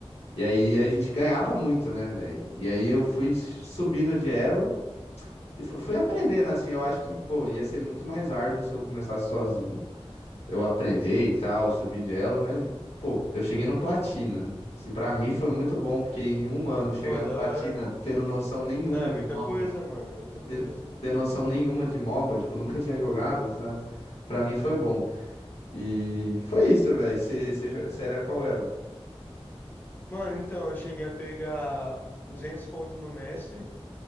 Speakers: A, on the left; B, on the left.
A: E aí a gente ganhava muito, né, velho? E aí eu fui subindo de elo e fu- fui aprendendo, assim, eu acho que, pô, ia ser muito mais árduo se eu começasse sozinho eu aprender
B: Sim,
A: e tal,
B: sim.
A: subir de elo, mas, pô, eu cheguei no platina. Assim, pra mim foi muito bom, porque em um ano chegar
B: Pô,
A: no
B: da
A: platina,
B: hora.
A: tendo noção nenhuma
B: Não, é muita
A: de MOBA,
B: coisa, mano, é muita
A: ter,
B: coisa.
A: ter noção nenhuma de MOBA, tipo, nunca tinha jogado, sabe? Pra mim foi bom. E foi isso, velho. Você era qual elo?
B: Mano, então, eu cheguei a pegar 200 pontos no mestre,